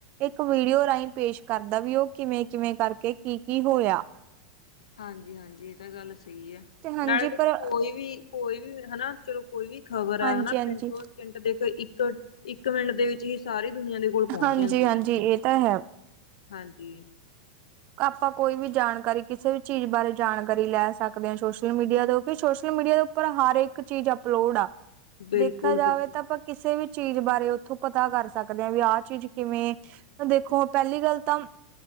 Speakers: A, on the right; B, on the left.
A: ਇੱਕ ਵੀਡੀਓ ਰਾਹੀਂ ਪੇਸ਼ ਕਰਦਾ ਵੀ ਉਹ ਕਿਵੇਂ ਕਿਵੇਂ ਕਰਕੇ ਕੀ ਕੀ ਹੋਇਆ
B: ਹਾਂਜੀ ਹਾਂਜੀ ਇਹ ਤਾਂ ਗੱਲ ਸਹੀ ਹੈ
A: ਤੇ ਹਾਂਜੀ
B: ਨਾਲੇ ਦੇਖੋ
A: ਪਰ
B: ਕੋਈ ਵੀ ਕੋਈ ਵੀ ਹਨਾ ਚਲੋ ਕੋਈ ਵੀ ਖ਼ਬਰ ਆ
A: ਹਾਂਜੀ
B: ਹਨਾ
A: ਹਾਂਜੀ
B: ਮੀਟੋ ਸਕਿੰਟ ਦੇ ਇੱਕ ਇੱਕ ਮਿੰਟ ਦੇ ਵਿੱਚ ਹੀ ਸਾਰੀ ਦੁਨੀਆਂ ਦੇ ਕੋਲ ਪਹੁੰਚ
A: ਹਾਂਜੀ
B: ਜਾਂਦੀ
A: ਹਾਂਜੀ
B: ਹੈ।
A: ਇਹ ਤਾਂ ਹੈ
B: ਹਾਂਜੀ
A: ਆਪਾਂ ਕੋਈ ਵੀ ਜਾਣਕਾਰੀ ਕਿਸੇ ਵੀ ਚੀਜ਼ ਬਾਰੇ ਜਾਣਕਾਰੀ ਲੈ ਸਕਦੇ ਹਾਂ ਸੋਸ਼ਲ ਮੀਡੀਆ ਤੋਂ ਕਿ ਸੋਸ਼ਲ ਮੀਡੀਆ ਤੋਂ ਉੱਰ ਹਰ ਇੱਕ ਚੀਜ਼ ਅਪਲੋਡ ਆ
B: ਬਿਲਕੁਲ,
A: ਦੇਖਿਆ ਜਾਵੇ
B: ਬਿਲਕੁਲ
A: ਤਾਂਾਂ ਕਿਸੇ ਵੀ ਚੀਜ਼ ਬਾਰੇ ਉੱਥੋਂ ਪਤਾ ਕਰ ਸਕਦੇ ਆ ਵੀ ਆਹ ਚੀਜ਼ ਕਿਵੇਂ ਦੇਖੋ ਪਹਿਲੀ ਗੱਲ ਤਾਂ